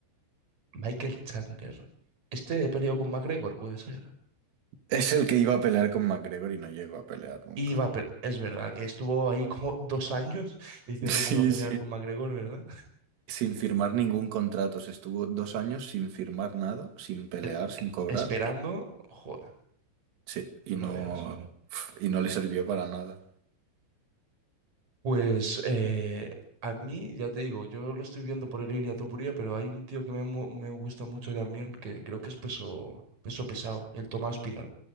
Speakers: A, on the right; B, on the right.
A: Michael Chandler. Este peleó con McGregor, puede ser.
B: Es el que iba a pelear con McGregor y no llegó a pelear nunca.
A: Y Iba a pe-
B: <laughs>
A: es verdad que estuvo ahí como dos años <laughs> diciendo
B: Sí,
A: que iba a pelear
B: sí.
A: con McGregor, ¿verdad?
B: Sin firmar ningún contrato. Se estuvo dos años sin firmar nada, sin pelear,
A: E-
B: sin cobrar.
A: esperando. Joder,
B: Sí, y
A: no
B: no,
A: veas.
B: y no le sirvió para nada.
A: Pues eh, a mí, ya te digo, yo lo estoy viendo por el Ilia Topuria, pero hay un tío que me, mu- me gusta mucho también, que creo que es peso, peso pesado, el Tomás Pinal.